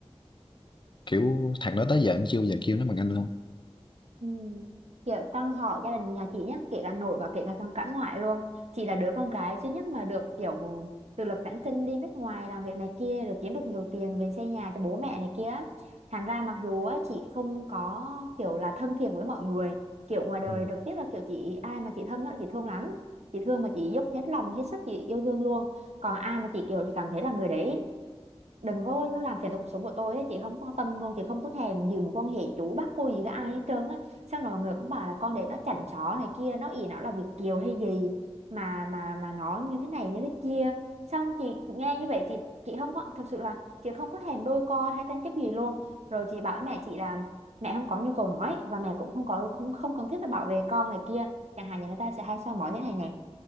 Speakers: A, on the left; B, on the right.
A: kiểu thằng đó tới giờ em chưa bao giờ kêu nó bằng anh luôn
B: Ừ. Kiểu trong họ gia đình nhà chị nhá kể cả nội và kể cả sang cả ngoại luôn chị là đứa con gái duy nhất mà được kiểu tự lực cánh sinh đi nước ngoài làm việc này kia rồi kiếm được nhiều tiền về xây nhà cho bố mẹ này kia thành ra mặc dù á, chị không có kiểu là thân thiện với mọi người kiểu ngoài đời
A: Ừ.
B: trực tiếp là kiểu chị ai mà chị thân á, chị thương lắm chị thương mà chị dốc hết lòng hết sức chị yêu thương luôn còn ai mà chị kiểu chị cảm thấy là người đấy đừng có nó làm phiền tới cuộc sống của tôi ấy, chị không quan tâm luôn chị không có thèm giữ mối quan hệ chú bác cô gì với ai hết trơn á xong rồi mọi người cũng bảo là con để nó chảnh chó này kia nó ỷ nó là Việt kiều hay gì mà mà mà nó như thế này như thế kia xong chị nghe như vậy chị chị không có thực sự là chị không có thèm đôi co hay tranh chấp gì luôn rồi chị bảo với mẹ chị là mẹ không có nhu cầu nói và mẹ cũng không có không không cần thiết phải bảo vệ con này kia chẳng hạn như người ta sẽ hay soi mói thế này nè